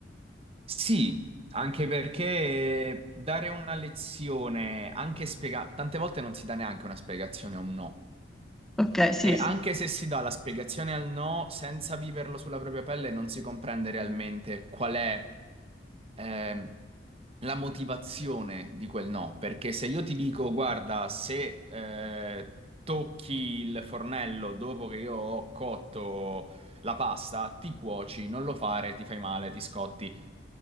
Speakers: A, on the right; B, in the centre.
A: Sì, anche perché dare una lezione, anche spiegare, tante volte non si dà neanche una spiegazione a un no.
B: Ok, sì,
A: E
B: sì.
A: anche se si dà la spiegazione al no, senza viverlo sulla propria pelle, non si comprende realmente qual è ehm, la motivazione di quel no. Perché se io ti dico, guarda, se eh, tocchi il fornello dopo che io ho cotto la pasta, ti cuoci, non lo fare, ti fai male, ti scotti.